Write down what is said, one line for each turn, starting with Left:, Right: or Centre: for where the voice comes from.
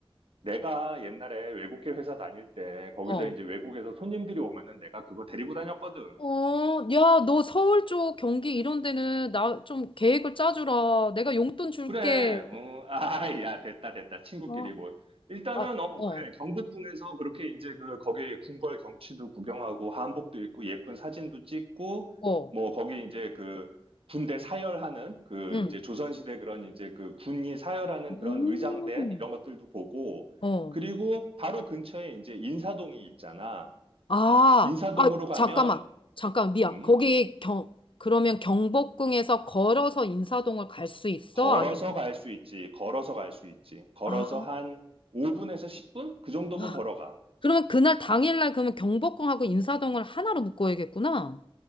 Right: 내가 옛날에 외국계 회사 다닐 때 거기서
Left: 어,
Right: 이제 외국에서 손님들이 오면은 내가 그거 데리고 다녔거든.
Left: 어, 야, 너 서울 쪽 경기 이런 데는 나 좀 계획을 짜주라. 내가 용돈 줄게.
Right: 그래, 어, 아, 야, 됐다, 됐다. 친구끼리
Left: 어,
Right: 뭐. 일단은,
Left: 아,
Right: 어,
Left: 어,
Right: 그래. 경복궁에서 그렇게 이제 그, 거기 궁궐 경치도 구경하고, 한복도 입고, 예쁜 사진도 찍고,
Left: 어,
Right: 뭐, 거기 이제 그, 군대 사열하는, 그,
Left: 응.
Right: 이제 조선시대 그런 이제 그, 군이 사열하는
Left: 음,
Right: 그런 의장대, 이런 것들도 보고,
Left: 어.
Right: 그리고 바로 근처에 이제 인사동이 있잖아.
Left: 아,
Right: 인사동으로
Left: 아,
Right: 가면,
Left: 잠깐만. 잠깐, 미안.
Right: 음?
Left: 거기 경, 그러면 경복궁에서 걸어서 인사동을 갈 수 있어?
Right: 걸어서
Left: 아니면,
Right: 갈 수 있지, 걸어서 갈 수 있지. 걸어서
Left: 아,
Right: 한 5분에서 10분? 그 정도면
Left: 아.
Right: 걸어가.
Left: 그러면 그날 당일날 그러면 경복궁하고 인사동을 하나로 묶어야겠구나.